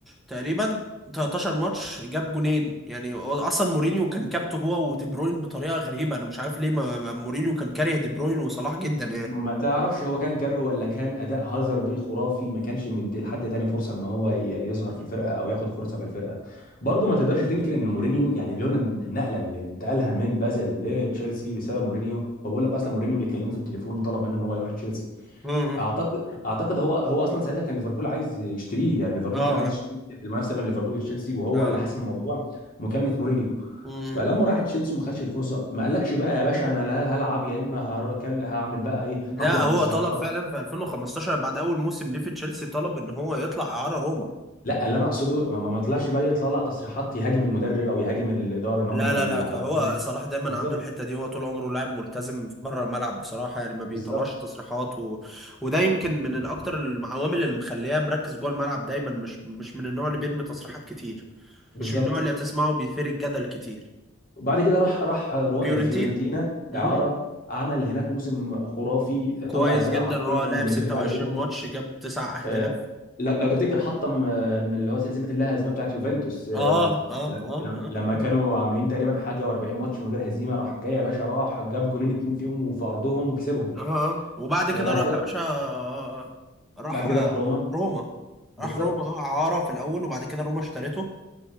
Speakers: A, in the centre; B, on the left (about 45°).
A: تقريبا 13 ماتش جاب جونين يعني هو اصلا مورينيو كان كابته هو ودي بروين بطريقه غريبه انا مش عارف ليه ما ما- مورينيو كان كاره دي بروين وصلاح جدا يعني
B: ما تعرفش هو كان كارهه ولا كان اداء هازارد الخرافي ما كانش مدي لحد تاني فرصه ان هو ي- يظهر في الفرقه او ياخد فرصه في الفرقه برضه ما تقدرش تنكر ان مورينيو يعني لولا النقله اللي انتقلها من بازل لتشيلسي بسبب مورينيو هو بيقول لك اصلا مورينيو اللي كلمه في التليفون وطلب منه ان هو يروح تشيلسي
A: امم
B: اعتقد اعتقد هو هو اصلا ساعتها كان ليفربول عايز يشتريه يعني ليفربول
A: اه
B: كان عايز يشتريه في المنافسه بين ليفربول وتشيلسي وهو
A: اه
B: اللي حسم الموضوع مكالمه مورينيو
A: امم
B: فلما راح تشيلسي وما خدش الفرصه ما قالكش بقى يا باشا انا لا هلعب يا اما هر- كل- هعمل بقى ايه
A: لا
B: هطلع
A: هو
B: بتصريحات
A: طلب فعلا في 2015 بعد اول موسم ليه في تشيلسي طلب ان هو يطلع اعاره روما
B: لا اللي انا اقصده ما, ما ما طلعش بقى يطلع تصريحات يهاجم المدرب او يهاجم الاداره ان
A: لا
B: هم ما
A: لا
B: بيلعبوش
A: لا ك- هو صلاح دايما
B: بالظبط
A: عنده الحته دي هو طول عمره لاعب ملتزم بره الملعب بصراحه يعني ما بيطلعش
B: بالظبط
A: تصريحات و... وده يمكن من الاكتر العوامل اللي مخلياه مركز جوه الملعب دايما مش مش من النوع اللي بيرمي تصريحات كتير
B: بالظبط
A: مش من النوع اللي هتسمعه بيثير الجدل كتير
B: وبعد كده راح راح رو-
A: فيورنتينا
B: فيورنتينا
A: مم.
B: اعاره عمل هناك موسم خرافي
A: كويس
B: طلع الفرقه
A: جدا
B: حرفيا
A: هو لعب
B: لليفل
A: 26
B: عالي جدا
A: ماتش جاب تسع اهداف
B: آه، لو لو تفتكر حطم آه، من اللي هو سلسله اللاهزيمه بتاعت يوفنتوس
A: اه
B: آه،
A: اه
B: ل-
A: اه
B: لم-
A: اه
B: لما كانوا عاملين تقريبا حاجه و40 ماتش من غير هزيمه راح جاي يا باشا راح جاب جونين اتنين فيهم وفي ارضهم وكسبهم
A: اه اه وبعد
B: آه،
A: كده
B: بعد
A: راح
B: كده
A: يا باشا آه، راح
B: بعد كده
A: آه،
B: راح روما
A: روما
B: بالظبط
A: راح روما اه عارة في الأول وبعد كده روما اشترته